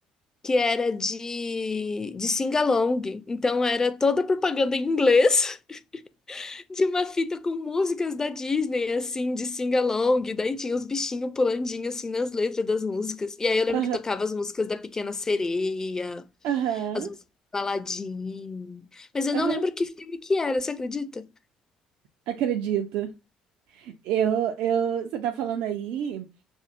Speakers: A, on the left; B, on the right.
A: que era de, de sing-along. Então era toda propaganda em inglês <laughs> de uma fita com músicas da Disney, assim, de sing-along. Daí tinha os bichinhos pulandinho, assim, nas letras das músicas. E aí eu lembro
B: Aham.
A: que tocava as músicas da Pequena Sereia,
B: Aham.
A: as músicas do Aladdin. Mas eu
B: Aham.
A: não lembro que filme que era, você acredita?
B: Acredito. Eu, eu, você tá falando aí,